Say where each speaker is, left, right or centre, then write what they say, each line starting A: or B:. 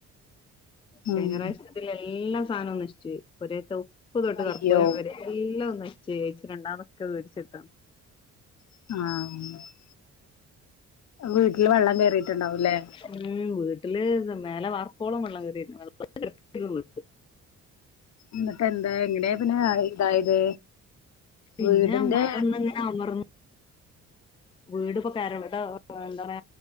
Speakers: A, on the left (about 20°); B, on the left (about 65°).
A: കഴിഞ്ഞ
B: ഉം
A: പ്രാവശ്യത്തി എല്ലാ സാധനവും നശിച്ചു പോയി പെരേത്തെ ഉപ്പ് തൊട്ട്
B: അയ്യോ
A: കർപ്പൂരം വരെ എല്ലം നശിചോയി ച്ച് രണ്ടാമതൊക്കെ വേടിച്ചിട്ത്ത
B: ആഹ് വീട്ടില് വെള്ളം കയറിയിട്ടുണ്ടാവും ല്ലേ
A: ഉം വീട്ടില് മലെ വാർപ്പോളം വെള്ളം കയറി <unintelligible>
B: ന്നിട്ട് എന്താ എങ്ങനെയ ത് മാറി ഇതായത്
A: പിന്നെ
B: വീടിന്റെ
A: മഴ ഒന്ന്ങ്ങനെ അമർ വീട്പ്പോ കരടെ എന്താ